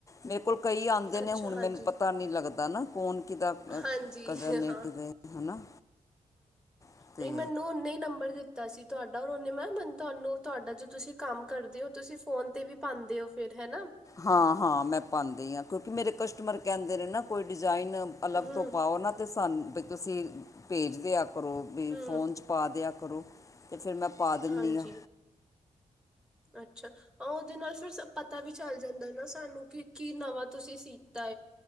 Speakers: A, on the left; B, in the centre.
A: ਮੇਰੇ ਕੋਲ, ਕਈ ਆਦੇ
B: ਅੱਛਾ
A: ਨੇ ਹੁਣ
B: ਹਾਂਜੀ
A: ਮੈਨੂੰ ਪਤਾ ਨੀ ਲੱਗਦਾ। ਨਾ ਕੌਣ, ਕਿਹਦਾ
B: ਹਾਂਜੀ,
A: ਕਜ਼ਨ ਹੈ
B: ਹਾਂ-ਹਾਂ
A: ਕਿਹਦੇ ਹੈ ਨਾ ਅਤੇ
B: ਨਹੀਂ ਮੈਨੂੰ ਓਨੇ ਹੀ ਨੰਬਰ ਦਿੱਤਾ। ਤਾਂ ਅਸੀਂ ਤੁਹਾਡਾ ਮੈਮ ਤੁਹਾਨੂੰ ਤੁਹਾਡਾ ਜੋ ਤੁਸੀਂ ਕੰਮ ਕਰਦੇ ਹੋ ਤੁਸੀਂ ਫੋਨ 'ਤੇ ਵੀ ਪਾਦੇ ਹੋ ਫਿਰ ਹੈ ਨਾ,
A: ਹਾਂ-ਹਾਂ ਮੈਂ ਪਾਦੀ ਹਾਂ ਕਿਉਂਕਿ ਮੇਰੇ ਕਸਟਮਰ ਕਹਿੰਦੇ ਨੇ ਨਾ ਕੋਈ, ਨ ਅਲੱਗ
B: ਹੂੰ
A: ਤੋਂ ਪਾ ਉਹਨਾਂ ਤੇ, ਸਾਨੂੰ ਵੀ ਤੁਸੀਂ ਭੇਜਦੇ ਆ। ਕਰੋ ਵੀ
B: ਹੂੰ
A: ਫੋਨ 'ਚ ਪਾ ਦਿਆ, ਕਰੋ। ਅਤੇ ਫਿਰ ਮੈਂ ਪਾ ਦਿੰਨੀ
B: ਹਾਂਜੀ
A: ਆ।
B: ਅੱਛਾ ਉਹਦੇ ਨਾਲ ਫਿਰ, ਪਤਾ ਵੀ ਚੱਲ ਜਾਂਦਾ ਨਾ ਸਾਨੂੰ ਕੀ ਕੀ ਨਵਾਂ ਤੁਸੀਂ ਸੀਤਾ